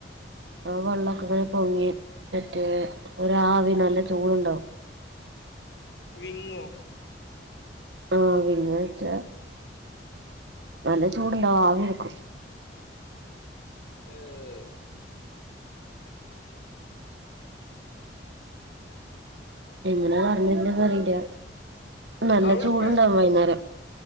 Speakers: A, on the right; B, on the left.
A: ആഹ് വെള്ളക്കെ ഇങ്ങനെ പൊങ്ങി മറ്റേ ഒരാവിയാണ് നല്ല ചൂടുണ്ടാവും
B: വിങ്ങോ
A: ആഹ് വിങ്ങുവെച്ചാ നല്ല ചൂടുണ്ടാവും ആവി എടുക്കും
B: ഏഹ്
A: എങ്ങനെ പറഞ്ഞെരണ്ടത് അറിയില്ല നല്ല
B: അവിടെപ്പ
A: ചൂടുണ്ടാവും വൈകുന്നേരം